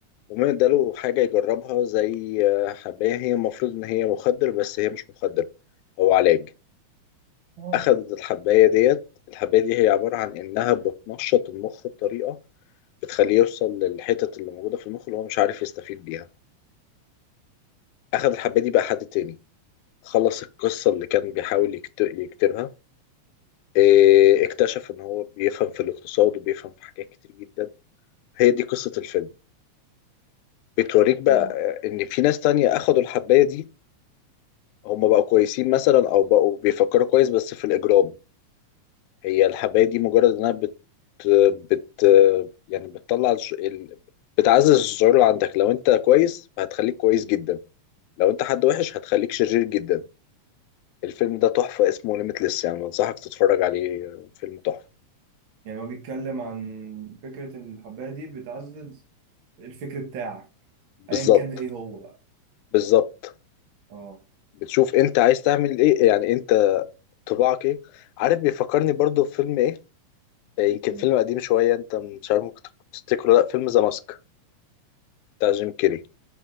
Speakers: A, on the left (about 85°); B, on the right (about 50°).
A: ومن اداله حاجة يجربها زي آه، حباية هي المفروض إن هي مخدر بس هي مش مخدر هو علاج
B: اه
A: أخدت الحباية ديت الحباية دي هي عبارة عن إنها بتنشط المخ بطريقة بتخليه يوصل للحتت اللي موجودة في المخ اللي هو مش عارف يستفيد بيها أخد الحباية دي بقى حد تاني خلص القصة اللي كان بيحاول يكت- يكتبها إيه، اكتشف إن هو بيفهم في الاقتصاد وبيفهم في حاجات كتير جدا هي دي قصة الفيلم بتوريك بقى
B: اه
A: آه، إن في ناس تانية أخدوا الحباية دي هم بقوا كويسين مثلا أو بقوا بيفكروا كويس بس في الإجرام هي الحباية دي مجرد انها بت بت يعني بتطلع الش- ال... بتعزز الشعور اللي عندك لو انت كويس فهتخليك كويس جدا لو انت حد وحش هتخليك شرير جدا الفيلم ده تحفة اسمه ليميتلس يعني بنصحك تتفرج عليه فيلم تحفة
B: يعني هو بيتكلم عن فكرة إن الحباية دي بتعزز الفكر بتاعك
A: بالظبط
B: ايا كان ايه هو بقى
A: بالظبط
B: اه
A: بتشوف انت عايز تعمل ايه يعني انت طباعك ايه عارف بيفكرني برضو بفيلم ايه يمكن
B: ايه
A: فيلم قديم شوية انت مش عارف ممكن تفتكره لا فيلم ذا ماسك بتاع جيم كيري